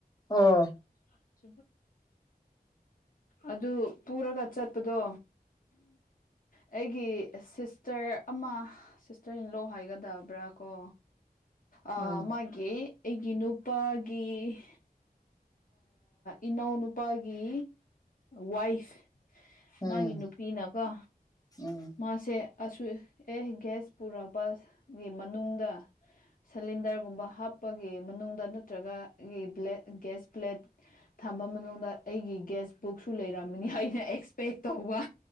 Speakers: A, on the left; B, on the left.
A: ꯑꯣ
B: <unintelligible> ꯑꯗꯨ ꯄꯨꯔꯒ ꯆꯠꯄꯗꯣ ꯑꯩꯒꯤ ꯁꯤꯁꯇꯔ ꯑꯃ ꯁꯤꯁꯇꯔ ꯏꯟꯂꯣ ꯍꯥꯏꯒꯗꯕ꯭ꯔꯥ ꯀꯣ ꯑꯥ
A: ꯎꯝ
B: ꯃꯥꯒꯤ ꯑꯩꯒꯤ ꯅꯨꯄꯥꯒꯤ ꯏꯅꯥꯎ ꯅꯨꯄꯥꯒꯤ ꯒꯤ ꯋꯥꯏꯐ
A: ꯎꯝ
B: ꯃꯥꯒꯤ ꯅꯨꯄꯤꯅꯀꯣ
A: ꯎꯝ
B: ꯃꯥꯁꯦ ꯑꯁꯨ ꯑꯦ ꯒ꯭ꯌꯥꯁ ꯄꯨꯔꯛꯄ ꯒꯤ ꯃꯅꯨꯡꯗ ꯁꯤꯂꯤꯟꯗꯔꯒꯨꯝꯕ ꯍꯥꯞꯄꯒꯤ ꯃꯅꯨꯡꯗ ꯅꯠꯇ꯭ꯔꯒ ꯒ꯭ꯌꯥꯁ ꯄ꯭ꯂꯦꯠ ꯊꯥꯝ ꯊꯥꯝꯕ ꯃꯅꯨꯡꯗ ꯑꯩꯒꯤ ꯒ꯭ꯦꯁ ꯕꯨꯛꯁꯨ ꯂꯩꯔꯝꯒꯅꯤ ꯑꯩꯅ ꯑꯦꯛꯁꯄꯦꯛ ꯇꯧꯕ